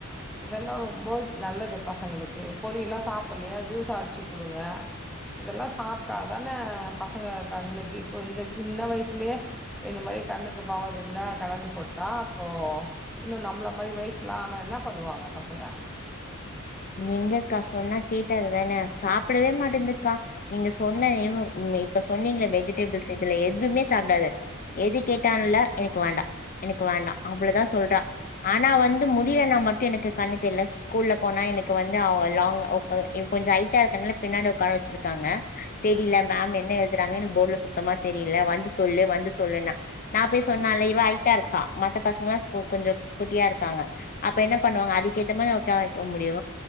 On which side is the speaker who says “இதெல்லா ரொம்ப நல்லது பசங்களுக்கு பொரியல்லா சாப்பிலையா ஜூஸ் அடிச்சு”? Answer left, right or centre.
Centre